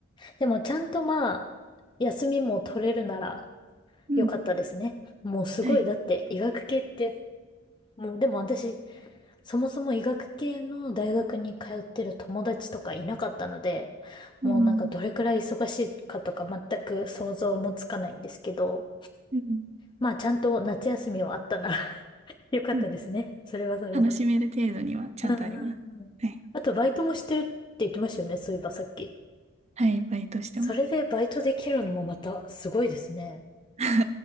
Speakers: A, on the left; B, on the right.
A: でもちゃんとまあ、休みも取れるなら
B: うん。
A: 良かったですね。もうすごい。
B: はい。
A: だって医学系って、もうでも私そもそも医学系の大学に通ってる友達とかいなかったので、
B: うん。
A: もうなんかどれくらい忙しいかとか全く想像もつかないんですけど、
B: うん。
A: まあちゃんと夏休みはあったなら <laughs> よかったですね。
B: うん
A: それはそれで。
B: 楽しめる程度にはちゃんとあります。
A: うんうんうん。
B: はい。
A: あとバイトもしてるって言ってましたよね、そういえばさっき。
B: はい、バイトしてます。
A: それでバイトできるのもまたすごいですね。
B: <laughs>